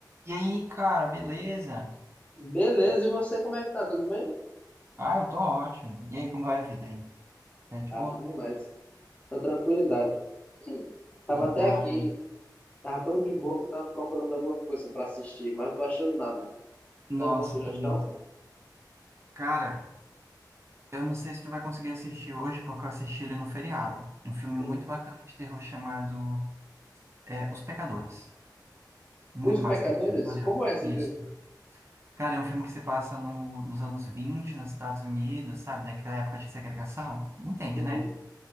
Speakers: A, on the right; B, on the left.
A: E aí, cara, beleza?
B: Beleza, e você como é que tá? Tudo bem?
A: Ah, eu tô ótimo. E aí, como vai a vida aí? Tá de
B: Tá
A: boa?
B: bem demais. Tá tranquilidade. Tava
A: Verdade.
B: até aqui, tava tão de boa que eu tava procurando alguma coisa pra assistir, mas não tô achando nada.
A: Nossa,
B: Tem alguma sugestão?
A: tô bem. Cara, eu não sei se tu vai conseguir assistir hoje, porque eu assisti ele no feriado. Um filme
B: Hum.
A: muito bacana de terror chamado é, Os Pecadores. Muito
B: Os Pecadores?
A: massa aquele filme, olha.
B: Como é esse
A: Isso.
B: filme?
A: Cara, é um filme que se passa no- nos anos 20, nos Estados Unidos, sabe? Naquela época de segregação. Entende,
B: Uhum.
A: né?